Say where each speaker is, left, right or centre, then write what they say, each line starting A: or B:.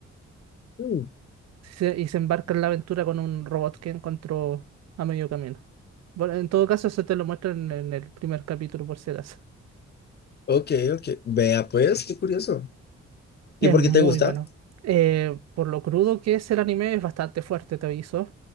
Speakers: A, on the left (about 35°); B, on the right (about 55°).
A: Mm,
B: Se- y se embarca en la aventura con un robot que encontró a medio camino. Bueno, en todo caso, eso te lo muestran en el primer capítulo, por si acaso.
A: ok, ok. Vea pues, qué curioso. ¿Y
B: Es
A: por
B: muy
A: qué te gusta?
B: bueno. Eh, por lo crudo que es el anime, es bastante fuerte, te aviso.